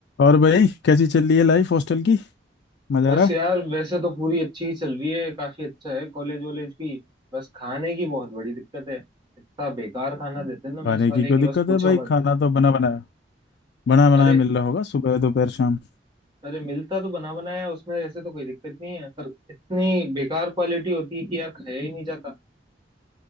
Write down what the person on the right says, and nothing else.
बस
यार वैसे तो पूरी अच्छी ही चल रही है काफी अच्छा है कॉलेज वॉलेज भी बस खाने की बहुत बड़ी दिक्कत है इतना बेकार खाना देते हैं ना मेस
वाले
की
बस पूछो
मत
अरे
अरे मिलता तो बना बनाया है, उसमें ऐसे तो कोई दिक्कत नहीं है पर इतनी बेकार क्वालिटी होती है कि यार खाया ही नहीं जाता